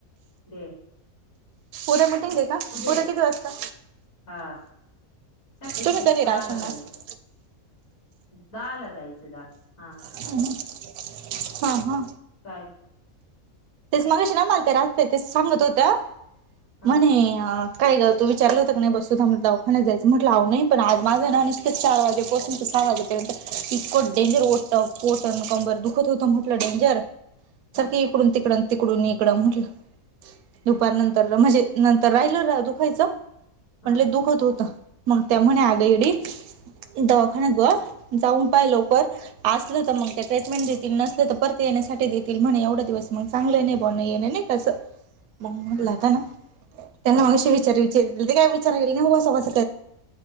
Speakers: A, on the left; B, on the right.
A: दे.
B: उद्या मिटिंग आहे का उद्या
A: ये
B: किती वाजता.
A: हा सकाळी
B: तुम्ही
A: सहा
B: कधी राहशाल
A: ला जाईच.
B: नाशिक
A: दहाला जायचं दहाला आ.
B: आणि हा हा.
A: काय?
B: तेच मागाशी ना मालते राहते तेच सांगत होत्या
A: हा
B: म्हणे. काय ग तू विचारलं होत का नाही बसधा दाखाला जायचं म्हटलंव नाही पण आज माझा ना निश्च चार वाजे बोसून सहा वाजे. इको डेंजर ओत. पटन कंबर दुखत होत म्हटलं डेंजर सारखे
A: हा
B: इकडून. तड तिकडूनकड म्ह दुपारंत.
A: हा हा
B: तर म्हणजे नंतर राहिल रा दुखायचं
A: हा
B: म्हटले दुखत होत. मग त्या म्हणे आगयडी दवाखाान्यात गवा जाऊन पाहि लवकर. असलं तर मग ते ट्रीटमेंट देतील नसलं तर परती येण्यासाठी देतील म्हणे एवढा दिवस. मग चांगलं नाही बनण येणे नाही तसं मग म्हटलंता
A: हम्म हम्म
B: ना. त्यांना मनष विचार विचार काय विचार गे ना वसस